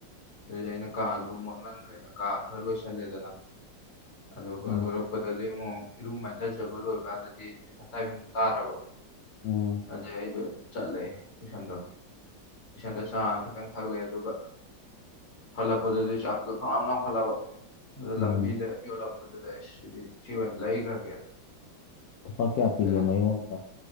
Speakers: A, on the left; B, on the left.
A: ꯑꯗꯩꯗꯤ ꯑꯩꯅ ꯀꯥꯗꯨ ꯃꯣꯠꯃꯟꯈ꯭ꯔꯦꯅ ꯀꯥ ꯈꯔ ꯂꯣꯏꯁꯜꯂꯦꯗꯅ ꯑꯗꯨꯒ
B: ꯎꯝ
A: ꯂꯣꯏꯔꯛ ꯄꯗꯗꯤ ꯏꯉꯣ ꯏꯔꯨ ꯃꯥꯏꯊꯖꯕ ꯂꯣꯏ ꯀꯥꯟꯗꯗꯤ ꯇꯨꯏꯁꯟ ꯇꯥꯏꯃꯤꯡꯗꯨ ꯇꯥꯔꯕ
B: ꯎꯝ
A: ꯑꯗꯨꯏ ꯑꯩꯗꯣ ꯆꯠꯂꯦ ꯇꯨꯏꯁꯟꯗꯣ ꯇꯨꯏꯁꯟꯗ ꯆꯥ ꯈꯤꯇꯪ ꯊꯛꯂꯑꯦ ꯑꯗꯨꯒ ꯍꯜꯂꯛꯄꯗꯗꯤ ꯆꯥꯛꯇꯣ ꯈꯪꯂꯥꯝ ꯂꯥꯝꯈꯠꯂꯕ ꯑꯗꯨ
B: ꯎꯝ
A: ꯂꯝꯕꯤꯗ ꯌꯣꯜꯂꯝꯕꯗꯨꯗ ꯑꯩꯁ ꯁꯤꯗꯤ ꯁꯤ ꯑꯣꯏꯅ ꯂꯩꯈ꯭ꯔꯒꯦꯅ
B: ꯂꯨꯄꯥ ꯀꯌꯥ ꯄꯤꯒꯦ
A: ꯀꯩꯅꯣ
B: ꯃꯌꯣꯝ ꯑꯝꯗ